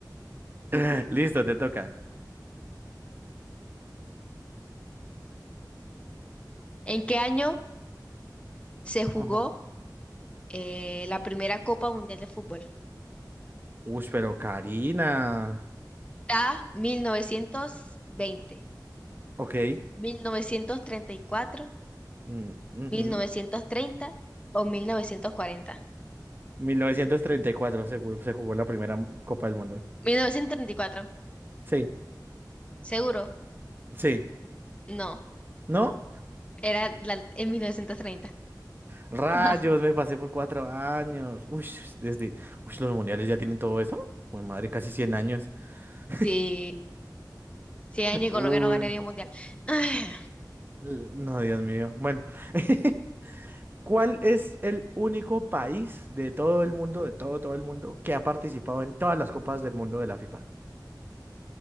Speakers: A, on the right; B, on the left.
A: <laughs> Listo, te toca.
B: ¿En qué año se jugó
A: Ajá.
B: eh, la primera Copa Mundial de Fútbol?
A: Uy, pero Karina.
B: A, mil mil novecientos novecientos veinte,
A: Ok.
B: mil novecientos treinta y cuatro,
A: Mm, ujú.
B: mil novecientos treinta o 1940.
A: 1934 se, ju- se jugó la primera Copa del Mundo.
B: mil novecientos treinta y cuatro
A: Sí.
B: seguro.
A: Sí,
B: No,
A: ¿no?
B: era la- en 1930.
A: Rayos,
B: Ajá. <laughs>
A: me pasé por cuatro años. Uy, desde... Uy, los mundiales ya tienen todo eso. Uy, madre, casi 100 años. <laughs>
B: Sí, 100 años y Colombia
A: Uy,
B: no ganaría un mundial. <sighs> Ah,
A: no, Dios mío. Bueno, <laughs> ¿cuál es el único país de todo el mundo, de todo, todo el mundo, que ha participado en todas las copas del mundo de la FIFA?